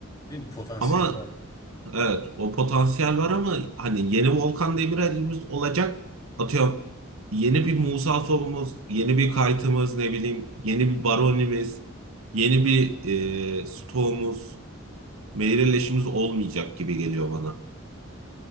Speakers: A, on the left; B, on the right.
A: Değil mi? Potansiyel
B: Ama
A: var ya.
B: evet o potansiyel var ama hani yeni Volkan Demirel'imiz olacak. Atıyorum yeni bir Musa Sow'umuz, yeni bir Kayt'ımız ne bileyim yeni bir Baroni'miz, yeni bir e, Stoğ'umuz, Meireles olmayacak gibi geliyor bana.